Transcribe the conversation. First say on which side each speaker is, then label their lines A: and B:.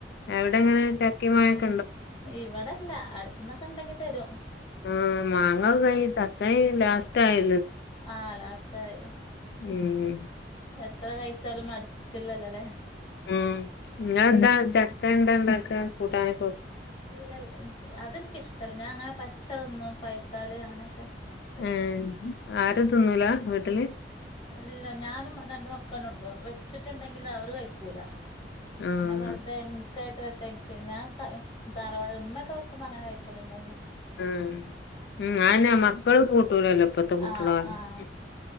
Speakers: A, on the left (about 65°); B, on the left (about 30°).
A: അവിടെങ്ങനെ ചക്കേം, മാങ്ങേക്ക
B: ഇവടല്ല അട്ത്ത്ന്നക്ക ഉണ്ടങ്കി തരും മ്
A: ആഹ് മാങ്ങ കൈ സക്ക ലാസ്റ്റ് ആയ്
B: ആഹ് ലാസ്റ്റായി എ
A: ഉം
B: മ്എത്ര കഴിച്ചാലും മടു ക്കില്ലല്ലെ
A: ഉം ഇങ്ങളെന്താണ് ചക്ക എന്താ ഉണ്ടാക്ക്ആ കൂട്ടാന്
B: ഇല്ലൽ എന്ക്ക് അതെനിക്കിഷ്ടല്ല ഞാൻ അങ്ങനെ പച്ച ഒന്നും പയ്ത്താല് അങ്ങന ഒക്കെ പഴ്ക്കോ
A: ഏഹ് ആരും തിന്നൂല വീട്ടില്
B: അല്ല ഞാനും രണ്ട് മക്കളന്ന ഒള്ളൂ വെച്ചിട്ടുണ്ടെങ്കിൽ അവർ കഴിക്കൂല അ
A: ആഹ്
B: പിന്നെ വെുതെ എന്ക്കായിട്ട് വെക്കാ എനിക്കു വയ്യ നാൻ കളും ധാരാവാളം ഉമ്മേക്ക വെക്ക് ക്കുമ്പ അങ്ങന കഴിക്കലുണ്ടായിന്
A: ആഹ് ആഎന്ന മക്കളും കൂട്ടൂലല്ലോ ഇപ്പത്തെ കുട്ടികളാരും
B: ആഹ് ആഹ്
A: മ്